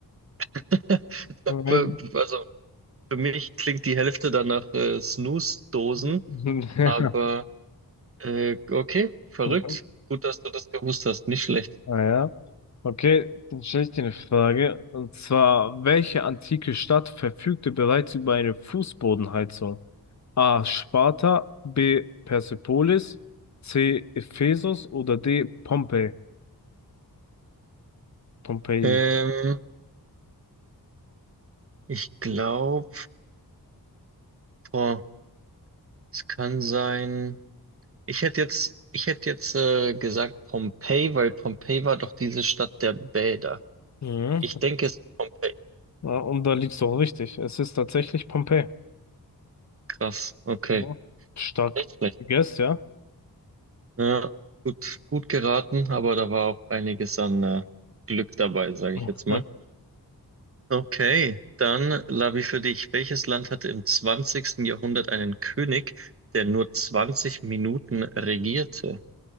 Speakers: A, on the right; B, on the left.
A: <laughs>
B: Nein.
A: Be- Also für mich klingt die Hälfte dann nach äh, Snooze-Dosen,
B: <laughs>
A: aber äh, okay, verrückt.
B: Ja.
A: Gut, dass du das gewusst hast. Nicht schlecht.
B: Naja. Okay, dann stelle ich dir eine Frage. Und zwar, welche antike Stadt verfügte bereits über eine Fußbodenheizung? A. Sparta, B. Persepolis, C. Ephesus oder D. Pompeii? Pompeii.
A: Ähm, ich glaube. Boah, es kann sein. Ich hätte jetzt, ich hätte jetzt äh, gesagt Pompeji, weil Pompeji war doch diese Stadt der Bäder.
B: Mhm.
A: Ich denke, es ist Pompeji.
B: Ja, Und da liegst du auch richtig. Es ist tatsächlich Pompeii.
A: Krass. Okay.
B: Ja. Stark
A: Nicht schlecht.
B: gegessen, ja?
A: Ja, gut, gut geraten, aber da war auch einiges an äh, Glück dabei, sage
B: Mhm.
A: ich jetzt mal. Okay, dann Lavi für dich. Welches Land hatte im zwanzigsten Jahrhundert einen König, der nur 20 Minuten regierte?